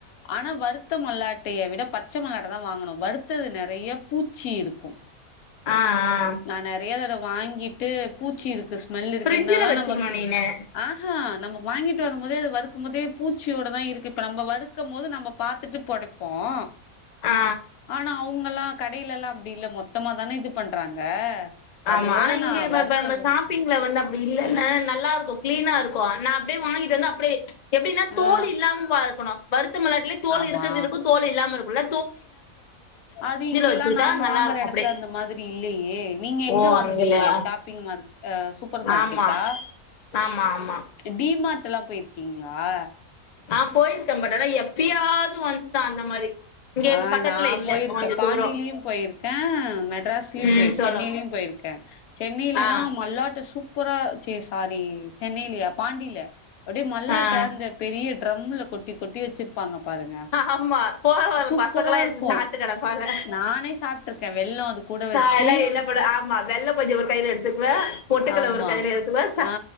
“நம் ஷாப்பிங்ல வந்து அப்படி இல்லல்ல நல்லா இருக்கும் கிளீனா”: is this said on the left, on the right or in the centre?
Left